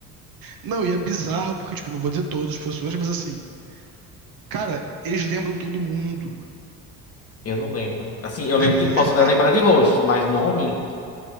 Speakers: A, on the right; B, on the left.
A: não, e é bizarro porque, tipo, eu não vou dizer todos os professores, mas assim, cara, eles lembram todo mundo.
B: Eu não lembro. Assim, eu lembro
A: <laughs>
B: de, posso até lembrar de rosto, mas nome.